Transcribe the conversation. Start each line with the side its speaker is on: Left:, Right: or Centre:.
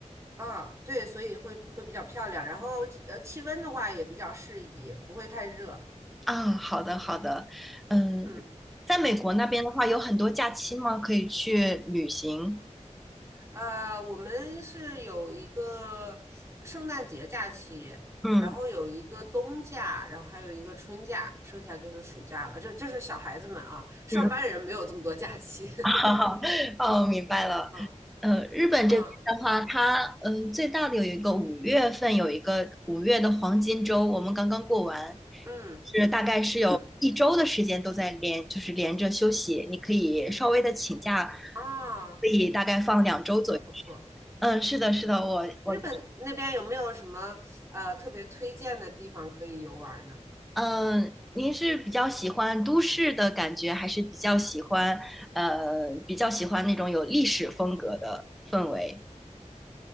Right: 啊，对，所以会会比较漂亮，然后呃，气温的话也比较适宜，不会太热。
Centre: 啊，好的好的，嗯，
Right: 嗯，
Centre: 在美国那边的话，有很多假期吗？可以去旅行。
Right: 呃，我们是有一个呃圣诞节假期，
Centre: 嗯。
Right: 然后有一个冬假，
Centre: 嗯
Right: 然后还有一个春假，剩下就是暑假了。这这是小孩子们啊，上班人没有这么多假期。
Centre: 嗯
Right: <laughs>
Centre: <laughs> 哈哈，哦，明白了。
Right: 嗯
Centre: 呃，日本这边的话，
Right: 嗯
Centre: 它嗯、呃最大的有一个五月份有一个五月的黄金周，我们刚刚过完，
Right: 嗯
Centre: 是大概是有一周的时间都在连，
Right: 嗯
Centre: 就是连着休息，你可以稍微的请假，
Right: 啊，
Centre: 可以大概放两周左右。
Right: 那不错。
Centre: 嗯，是的，是的，我我
Right: 日本那边有没有什么呃特别推荐的地方可以游玩呢？
Centre: 嗯，您是比较喜欢都市的感觉，还是比较喜欢呃比较喜欢那种有历史风格的氛围？